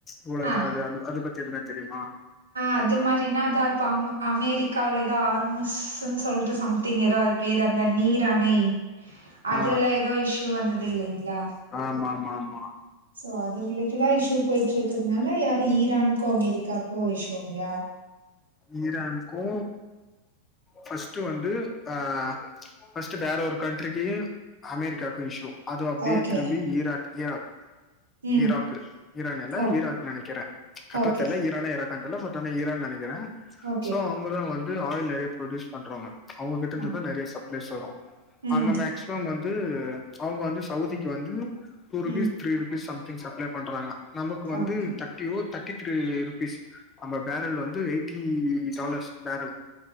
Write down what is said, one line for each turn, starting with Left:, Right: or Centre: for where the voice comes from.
Left: இவ்ளோ
Right: ஆ
Left: இதாகுது அது அதபத்தி எதுனா தெரியுமா
Right: அது மாரினா தா தாமு அமெரிக்காவ்ல ஏதோ ஆர்மஸ்ஸுன்னு சொல்லிட்டு சம்திங் ஏதோ அது பேர் அந்த நீர் அணை அதுல
Left: ஆ
Right: ஏதோ இஷ்யூ வந்தது இல்லைங்ளா
Left: ஆமா ஆமா ஆமா
Right: சோ அது ரிலேட்டடா இஷூ போயிட்டு இருக்குதுனால யாரும் ஈரான்க்கோ அமெரிக்காக்கோ இஷ்யூங்ளா
Left: ஈரானுக்கூ பஃர்ஸ்ட்டு வந்து ஆ பஃர்ஸ்ட்டு வேற ஒரு கண்ட்ரிக்கு அமெரிக்காவுக்கு இஷ்யூ அது அப்டியே
Right: ஓகே
Left: திரும்பி ஈராக் யா
Right: ம்
Left: ஈராக்கு ஈரான் இல்ல
Right: ஓ
Left: ஈராக்னு நெனைக்கிறேன் கரட்டாதெரில்ல
Right: ஓகே
Left: ஈரானு கன்டெல பட் ஆனா ஈரான் நெனைக்கிறே
Right: ஓகே
Left: சோ அவுங்கதா வந்து ஆயில் நெறைய ப்ஃரொடியூஸ் பண்றவுங்க அவுங்ககிட்ட இருந்து
Right: ஆ
Left: தா நெறைய சப்ளைஸ் வரு
Right: ம்
Left: அங்க மேக் மேக்சிமம் வந்து அவுங்க வந்து சவுதிக்கு வந்து டூ rupees
Right: ம்
Left: three rupees something supply பண்றாங்க நமக்கு வந்து
Right: ஓகே
Left: தர்டி ஓ தேர்ட்டி த்ரீ ருபீஸ் நம்ம பேரல் வந்து eighty dollars barrel